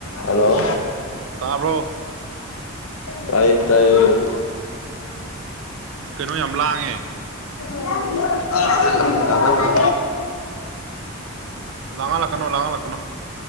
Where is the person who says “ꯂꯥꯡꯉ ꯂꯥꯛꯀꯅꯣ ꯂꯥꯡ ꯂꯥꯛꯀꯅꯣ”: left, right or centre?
Right